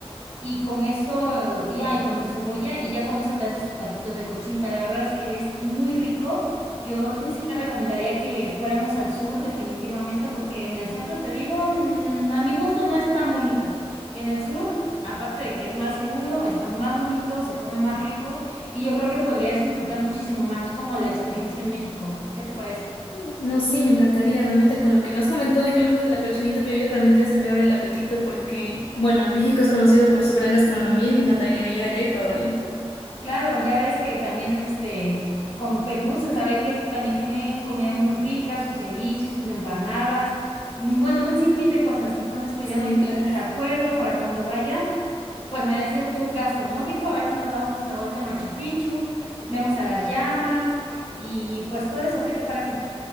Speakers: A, on the left (about 85°); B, on the left (about 60°).
A: y con eso, y, ah, y con tu cebolla y ya con eso te haces tus taquitos de cochinita. La verdad es que es muy rico. Yo
B: Sí.
A: sí te recomendaría que fuéramos al sur definitivamente porque en el centro, te digo, mm, a mi gusto no es tan bonito. En el sur... Aparte de que es más seguro, está más bonito, se come más rico y yo creo que podrías disfrutar muchísimo más. Es como la experiencia en México. ¿Qué te parece?
B: Sí. No, sí, me encantaría. Realmente con lo que me has comentado, incluso de la cochinita pibil, realmente se me abre el apetito porque, bueno, México es conocido por su gran gastronomía y me encantaría ir allá y probarla.
A: Claro, ya ves que también este con Perú se sabe que también tienen comida muy rica, sus ceviches, sus empanadas, mm, bueno, un sinfín de cosas. Entonces, pues
B: Sí,
A: ya nos ponemos
B: claro.
A: de acuerdo para cuando vaya, pues me des el tour gastronómico, a ver si nos damos nuestra vuelta a Machu Picchu, vemos a las llamas y pues todo eso, ¿qué te parece?